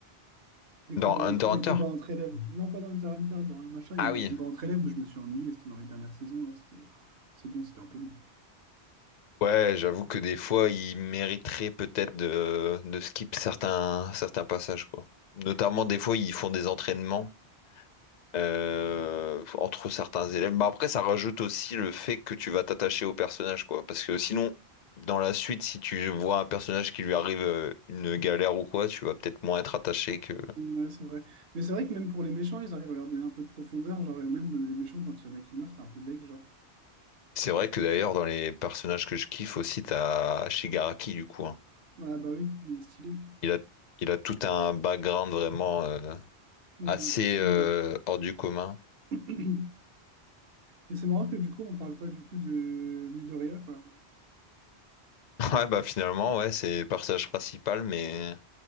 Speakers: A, on the right; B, on the left.
A: Des
B: dans
A: combats
B: Hunter
A: entre, des
B: x Hunter
A: combats entre élèves. Non, pas dans Hunter x Hunter, dans MHA,
B: ah
A: il y a eu des
B: oui
A: combats entre élèves où je me suis ennuyé. C'était dans les dernières saisons, là. C'était, c'est bon, c'était un peu long.
B: Ouais, j'avoue que des fois, il mériterait peut-être de, de skip certains, certains passages, quoi. Notamment, des fois, ils font des entraînements euh, entre certains élèves. Bah, après, ça rajoute aussi le fait que tu vas t'attacher au personnage, quoi. Parce que sinon, dans la suite, si tu vois un personnage qui lui arrive euh, une galère ou quoi, tu vas peut-être moins être attaché que...
A: Ouais, c'est vrai. Mais c'est vrai que même pour les méchants, ils arrivent à leur donner un peu de profondeur. Genre, et même euh, les méchants, quand il y en a qui meurent, t'es un peu deg, genre.
B: C'est vrai que d'ailleurs, dans les personnages que je kiffe aussi, t'as Shigaraki, du coup. hein.
A: Ah bah oui, il est stylé.
B: Il a, il a tout un background vraiment... euh,
A: Mais
B: assez
A: il est impressionnant.
B: euh, hors du commun.
A: <clears throat> Et c'est marrant que du coup, on parle pas du coup de Midoriya, quoi.
B: <laughs> Ouais, bah finalement, ouais, c'est le personnage principal, mais